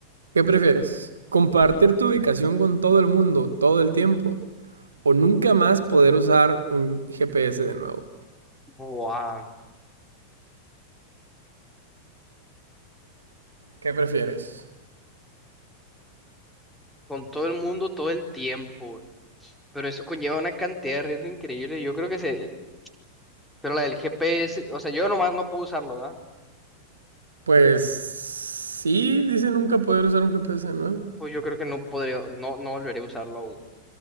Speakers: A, on the right (about 70°); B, in the centre.
A: ¿Qué prefieres? ¿Compartir tu ubicación con todo el mundo todo el tiempo? ¿O nunca más poder usar un GPS de nuevo?
B: Buah.
A: ¿Qué prefieres?
B: Con todo el mundo, todo el tiempo. Pero eso conlleva una cantidad de riesgo increíble. Yo creo que se... Pero la del GPS, o sea, yo nomás no puedo usarlo, ¿verdad?
A: Pues. Sí, dice nunca poder usar un GPS de nuevo.
B: Pues yo creo que no podría, no, no volveré a usarlo aún